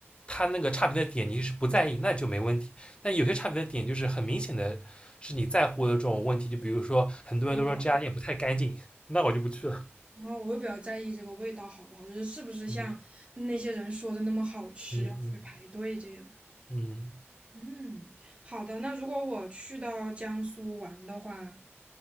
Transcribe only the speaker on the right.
对，
然后我会比较在意这个味道好不好，就是是不是像那些人说的那么好吃，
要去排队这样。
嗯，好的。那如果我去到江苏玩的话，